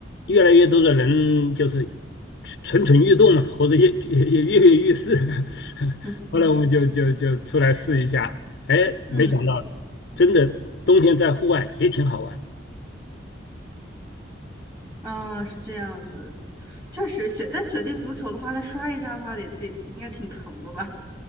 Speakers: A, on the left; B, on the right.
A: 越来越多的人就是蠢蠢欲动嘛，或者也也也跃跃欲试。<laughs>
B: <laughs> 嗯嗯
A: 后来我们就就就出来试一下，哎，没想到真的冬天在户外也挺好玩。
B: 嗯，啊，是这样子，确实雪，但雪地足球的话，它摔一下的话得得应该挺疼的吧？